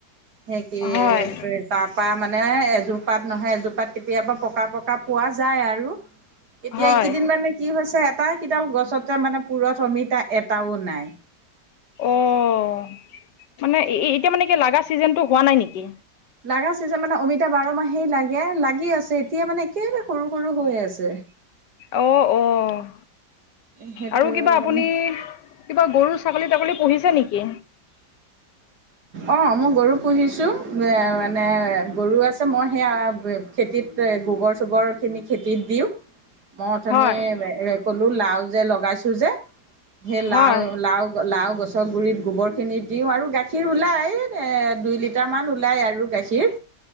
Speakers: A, on the right (about 65°); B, on the left (about 80°).
A: সেই কি
B: হয়
A: তাৰ পৰা মানে এজোপাত নহয় এজোপাত কেতিয়াবা পকা পকা পোৱা যায় আৰু। এতিয়া
B: হয়
A: এইকেইদিন মানে কি হৈছে আটাইকেইডাল গছতে মানে পুৰঠ অমিতা এটাও নাই।
B: অ', মানে এতিয়া মানে কি লাগা চিজনটো হোৱা নাই নেকি?
A: লগা চিজন মানে অমিতা বাৰ মাহেই লাগে লাগি আছে এতিয়া মানে একেবাৰে সৰু সৰু হৈ আছে।
B: অ', অ',
A: সেইটো
B: আৰু কিবা
A: মানে
B: আপুনি কিবা গৰু ছাগলী-তাগলী পুহিছে নেকি?
A: অ মই গৰু পুহিছো এ মানে গৰু আছে মই সেইয়া খেতিত গোবৰ চোবৰখিনি খেতিত দিও মই অথনি
B: হয়
A: ক'লো লাও যে লগাইছো যে সেই
B: হয়
A: লাও, লাও, লাও গছ ৰ গুৰিত গোবৰ খিনি দিও আৰু গাখীৰ ওলাই এ দুই লিটাৰ লিটাৰমান ওলায় আৰু গাখীৰ